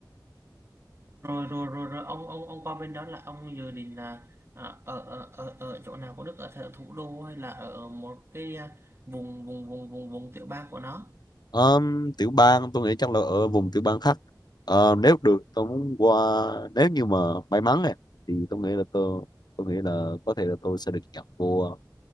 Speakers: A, on the right; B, on the left.
A: rồi rồi rồi rồi ông ông ông qua bên đó là ông dự định là à, ở, ở ở ở chỗ nào của Đức ở th- thủ đô hay là ở một cái à, vùng vùng vùng vùng vùng tiểu bang của nó
B: Ờm, tiểu bang tôi nghĩ chắc là ở vùng tiểu bang khác Ờ, nếu được tôi muốn qua nếu như mà may mắn này thì tôi nghĩ là tôi tôi nghĩ là có thể là tôi sẽ được nhập vô